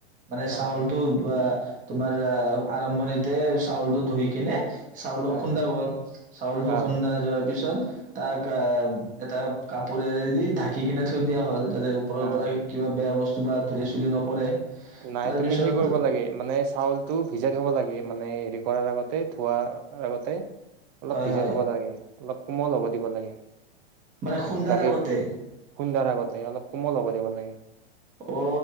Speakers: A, on the right; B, on the right.
A: মানে
B: আহ
A: চাউলটো বা তোমাৰ আৰম্ভণিতে চাউলটো ধুই কেনে চাউলো
B: আহ
A: খুন্দা গল চাউলটো
B: আহ
A: খুন্দা যোৱাৰ পিছত তাক আ এটা কাপোৰে এ দি ঢাকি কেনে থৈ দিয়া হল তাতে ওপৰৰ
B: আহ
A: পৰা কিবা বেয়া বস্তু কিবা ধূলি চুলি নপৰে
B: নাই
A: তাৰপিছত
B: তুমি সেই কৰিব লাগে মানে চাউলতটো ভিজাই থব লাগে। মানে হেৰি কৰাৰ আগতে থোৱাৰ আগতে অলপ
A: হয়
B: ভিজাই
A: হয়
B: থব লাগে অলপ কোমল হব দিব লাগে।
A: মানে খুন্দাৰ
B: গাখীৰ
A: আগতে
B: খুন্দাৰ আগতে অলপ কোমল হব দিব লাগে।
A: অ